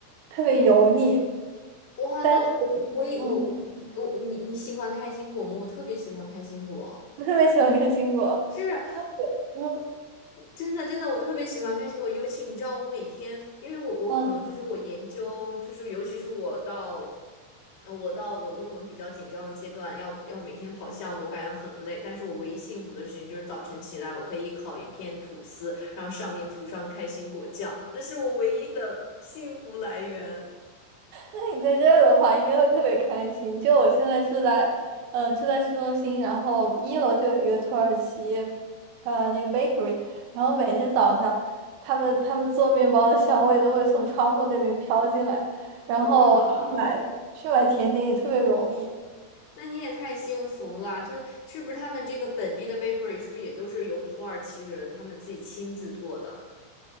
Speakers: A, on the right; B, on the left.
A: 特别油腻，
B: 哇，
A: 但是
B: 那我也我我我你你喜欢开心果吗？
A: 嗯。
B: 我特别喜欢开心果。
A: <laughs> 我特别喜欢看新果，
B: 是
A: 就嗯
B: 真的，真的，我特别喜欢开心果。尤其你知道，我每天，因为我我可能就是我研究，
A: 嗯，
B: 就是尤其是我到呃我到我论文比较紧张的阶段，要要每天跑项目，我感觉很累。但是我唯一幸福的事情就是早晨起来，我可以烤一片吐司，然后上面涂上开心果酱，那是我唯一的幸福来源。
A: 那你在这儿的话，应该会特别开心。就我现在住在，嗯、住在市中心，然后一楼就有一个土耳其，呃，那个 bakery，然后每天早上，他们他们做面包的香味都会从窗户那边飘进来，然后去买去买甜点也特别容易。
B: 哇，那你也太幸福啦！就是是不是他们这个本地的 bakery 是不是也都是由土耳其人他们自己亲自做的？